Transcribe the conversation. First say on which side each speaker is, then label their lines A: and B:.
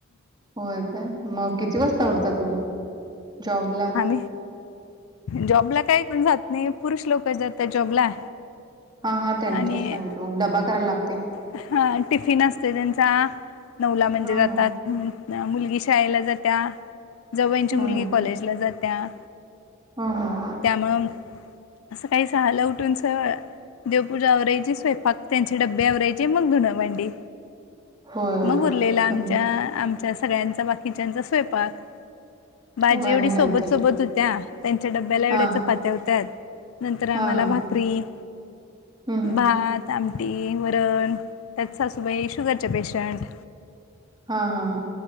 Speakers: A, on the right; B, on the left.
A: होय काय मग किती वाजता उठता तुम्ही, जॉब ला?
B: आम्ही जॉबला काय पण जात नाही पुरुष लोक जातात जॉबला.
A: हा हा त्यांच
B: आणि
A: सांगितलो डबा कराय लाग
B: हा टिफिन असतय त्यांचा, नऊला म्हणजे
A: हं,
B: जातात.
A: हं.
B: हम्म ना मुलगी शाळेला जात्या. जाऊबाईची
A: हं,
B: मुलगी
A: हं.
B: कॉलेजला जात्या,
A: हं, हं.
B: त्यामुळं असं काही सहाला उठूनच, देवपूजा आवरायची स्वयंपाक त्यांचे डबबे बे आवरायचे मग धुनं भांडी,
A: होय, होय.
B: मग उरलेला आमच्या
A: हं.
B: आम सगळ्यांचा बाकीच्याचा स्वयंपाक, भाजी
A: हो
B: एवढी
A: आणि
B: सोबत
A: नंतर
B: सोबत होत्या. त्यांच्या डब्याला एवढ्या
A: हां,
B: चपात्या होत्यात, नंतर आम्हाला
A: हां, हां.
B: भाकरी.
A: हं, हं.
B: भात, आमटी, वरण, त्यात सासूबाई शुगरच्या पेशंट.
A: हा हा हा.